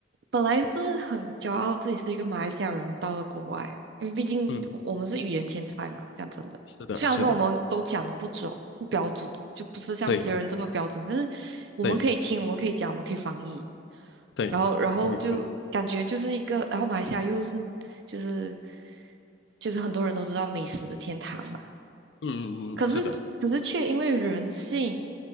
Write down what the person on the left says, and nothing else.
嗯，
是的，
是的，
对
对
对，
没错。
嗯嗯嗯，
是的，